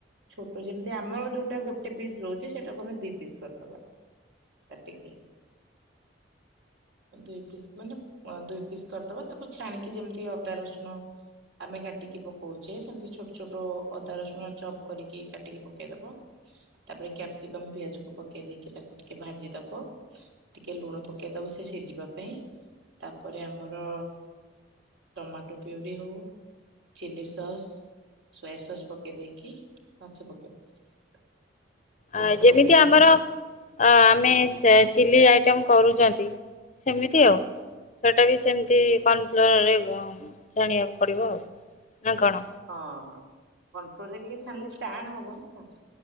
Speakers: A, on the right; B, on the left.
A: ଛୋଟ ଯେମତି ଆମର ଯୋଉଟା ଗୋଟେ ପିସ୍ ରହୁଚି ସେଇଟାକୁ ଆମେ ଦି ପିସ୍ କରିଦବା। କାଟିକି। ଅ ଦୁଇ ପିସ୍ ମାନେ ଦୁଇ ପିସ୍ କରିଦବା ତାକୁ ଛାଣିକି ଯେମିତି ଅ ଦା ରସୁଣ ଆମେ କାଟିକି ପକୋଉଚେ ସେମିତି ଛୋଟ ଛୋଟ ଅଦା ରସୁଣ ଚପ୍ କରିକି କାଟିକି ପକେଇଦବ। ତାପରେ କ୍ୟାପସିକମ ପିଆଜକୁ ପକେଇ ଦେଇକି ତାକୁ ଟିକେ ଭାଜି ଦବ। ଟିକେ ଲୁଣ ପକେଇଦବ ସିଏ ସିଝିବା ପାଇଁ ତାପରେ ଆମର ଟମାଟୋ ପ୍ୟୁରି ହୋଉ ଚିଲି ସସ୍, ସୋୟା ସସ୍ ପକେଇ ଦେଇକି ମାଛ ପକେଇ ମାଛ
B: ଆ ଯେମିତି
A: ପକେଇଦବ
B: ଆମର ଅ ଆମେ ସେ ଚିଲି ଆଇଟମ କରୁଚନ୍ତି ସେମିତି ଆଉ। ସେଇଟା ବି ସେମିତି କର୍ଣ୍ଣ ଫ୍ଲୋରରେ ଛାଣିବାକୁ ପଡ଼ିବ ଆଉ ନା କଣ?
A: ହଁ ହଁ କନଫ୍ଲୋରରେ ଟିକେ ଛାଣିଲେ ଟାଣ ହବ ନା।